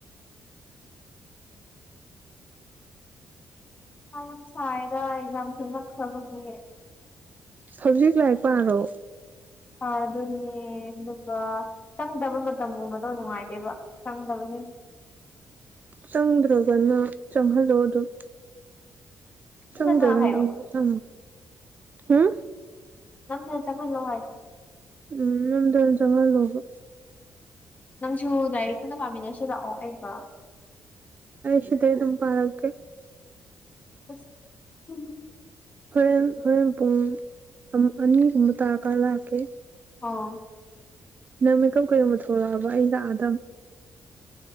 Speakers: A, on the left (about 30°); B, on the right (about 35°).
A: ꯑ ꯌꯥꯝ ꯁꯥꯏꯗ ꯑꯦꯛꯖꯥꯝꯁꯨ ꯅꯛꯈ꯭ꯔꯕꯒꯤꯌꯦ
B: ꯍꯧꯖꯤꯛ ꯂꯥꯏꯔꯤꯛ ꯄꯥꯔꯣ
A: ꯐꯥ ꯑꯗꯨꯅꯤ ꯂꯒ ꯆꯪꯗꯕ ꯃꯇꯝꯒꯨꯝꯕꯗꯣ ꯅꯨꯡꯉꯥꯏꯇꯦꯕ ꯆꯪꯗꯕꯁꯦ
B: ꯆꯪꯗ꯭ꯔꯕꯅ ꯆꯪꯍꯜꯂꯣ ꯑꯗꯨꯝ
A: ꯅꯝꯗꯅ
B: ꯆꯪꯗꯒꯅꯤ
A: ꯍꯥꯏꯌꯣ
B: ꯊꯃ ꯎꯝ
A: ꯅꯪꯅ ꯆꯪꯍꯜꯂꯣ ꯍꯥꯏꯌꯣ
B: ꯎꯝ ꯅꯗ ꯆꯉꯜ ꯍꯕ
A: ꯅꯪꯁꯨ ꯂꯥꯏꯔꯤꯛ ꯐꯟꯅ ꯄꯥꯃꯤꯟꯅꯁꯤꯔꯛꯑꯣ ꯑꯩꯒ
B: ꯁꯗ ꯑꯗꯨꯝ ꯄꯥꯔꯀꯦ
A: ꯑꯁ ꯎ
B: ꯍꯣꯔꯦꯟ ꯍꯣꯔꯦꯟ ꯄꯨꯡ ꯑꯅꯤꯒꯨꯝꯕ ꯇꯥꯔꯒ ꯂꯥꯛꯀꯦ
A: ꯑ
B: ꯅꯪ ꯃꯦꯀꯞ ꯀꯩꯒꯨꯝꯕ ꯊꯣꯛꯂꯛꯑꯕ ꯑꯩ ꯂꯥꯛꯑꯗ